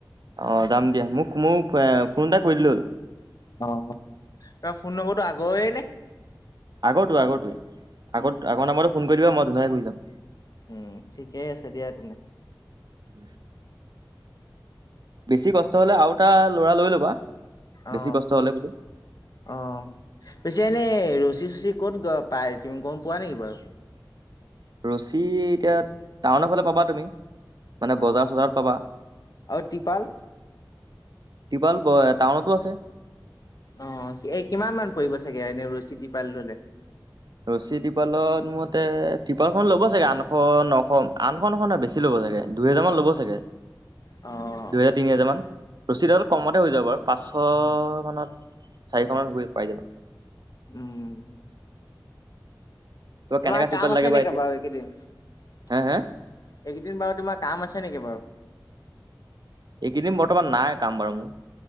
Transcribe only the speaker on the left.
অ তোমাৰ ফোন নম্বৰটো আগৰে নে
নে?
উম ঠিকেই আছে দিয়া তেনে
অ
অ পিছে এনেই ৰছী চচী ক'ত গ পাই তুমি গম পোৱা নেকি বাৰু
অ',
আৰু টিপাল?
অ এই কিমান মান পৰিব চাগে এনেই ৰচী টিপাল ললে
অ
উম
তোমাৰ
কাম আছে
নেকি
বাৰু এইকেইদিন এইকেইদিন
বাৰু তোমাৰ কাম আছে নেকি বাৰু